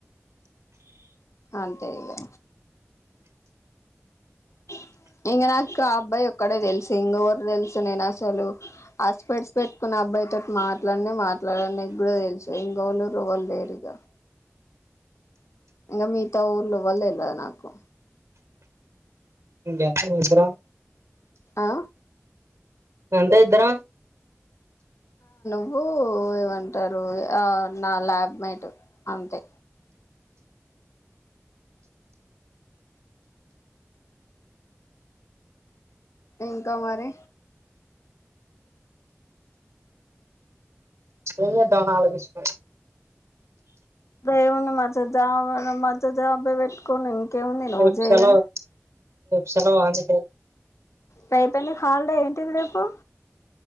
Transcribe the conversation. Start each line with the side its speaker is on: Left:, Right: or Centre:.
Left: అ తెలిలే <inaudible> ఎం నాక ఆ అబ్బాయి ఒక్కడే తెలి సింగవర్ తెలుసు నేను అసలు హస్పట్సి పెట్టుకున్న అబ్బాయితోో మాట్లాడిని మాట్లాడ న కూడా తెలుసు సింగవలు రువలుడేరిగా ఇంకా మిగతా ఊర్లో వళ్ళళ నాకు
Right: ఇం ఎంత వసరా
Left: ఆ
Right: ఎంటే ఇద్దర
Left: నుబ ఏమంటారు నా ల్యాబ్ మైట్ అంతే ఇంకా మరి
Right: ఎ ోనాళ కృష్ణ
Left: ఏమంది మధ జా మధ జాబ్ే పెట్టుకని కే ఉంది
Right: రేపు
Left: ఉజయయా
Right: సెలవు సెలవు అందిట
Left: పైపలి హల్డే ఏంటిడేపు